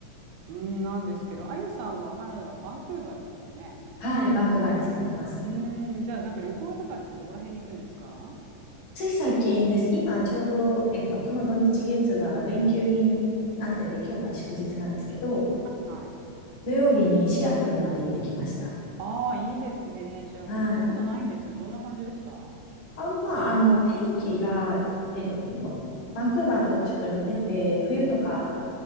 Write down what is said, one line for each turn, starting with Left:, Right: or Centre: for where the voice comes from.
Right: うん、なんですけど、あゆさんはカナダはバンクーバーでしたよね。
Left: はい、バンクーバーに住んでます。
Right: うーん、じゃあなんか旅行とかってどこら辺に行くんですか
Left: つい最近です。今ちょうど、えっと、この土日月が連休になってて、今日が祝日なんですけど、
Right: はいはい。
Left: 土曜日にシアトルまで行ってきました。
Right: ああ、いいですね。シアトル行ったことないんですよ。
Left: はい。
Right: どんな感じでした
Left: あ、まあ、あの、天気が、
Right: うん、
Left: えっと、まバンクーバーとちょっと似てて、冬とか
Right: うん、うん、